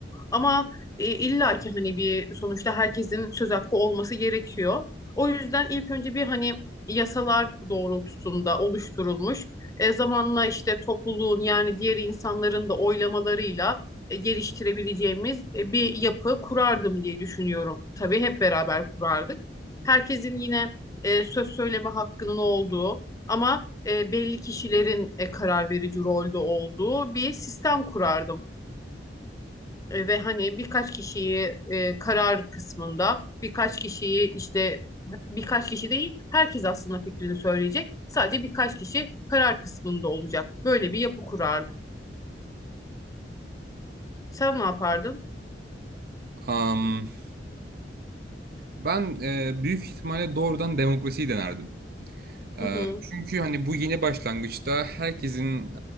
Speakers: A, on the left; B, on the right.
A: Ama e, illa ki hani bir sonuçta herkesin söz hakkı olması gerekiyor. O yüzden ilk önce bir hani yasalar doğrultusunda oluşturulmuş. E, zamanla işte topluluğun yani diğer insanların da oylamalarıyla e, geliştirebileceğimiz e, bir yapı kurardım diye düşünüyorum. Tabii hep beraber kurardık. Herkesin yine e, söz söyleme hakkının olduğu ama e, belli kişilerin e, karar verici rolde olduğu bir sistem kurardım. E, ve hani birkaç kişiyi e, karar kısmında birkaç kişiyi işte birkaç kişi değil herkes aslında fikrini söyleyecek. Sadece birkaç kişi karar kısmında olacak. Böyle bir yapı kurardım. Sen ne yapardın?
B: Am, ben e, büyük ihtimalle doğrudan demokrasiyi denerdim. Ee,
A: Hı hı.
B: çünkü hani bu yeni başlangıçta herkesin